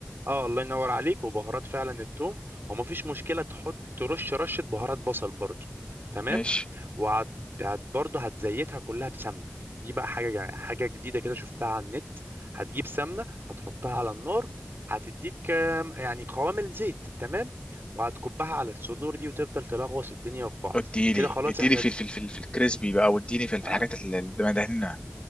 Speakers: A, on the right; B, on the left.
A: اه الله ينور عليك وبهارات فعلا التوم ومفيش مشكلة تحط ترش رشة بهارات بصل برضو تمام
B: ماشي
A: وهت هت برضه هتزيتها كلها بسمنه دي بقى حاجه جا- حاجه جديده كده شفتها على النت هتجيب سمنه هتحطها على النار هتديك آم، يعني قوام الزيت تمام وهتكبها على الصدور دي وتفضل تلغوص الدنيا في بعض
B: اديلي
A: كده خلاص
B: اديلي
A: احنا
B: في في في, في الكريسبي بقى واديني في, في
A: آه،
B: الحاجات اللي اللي مدهنها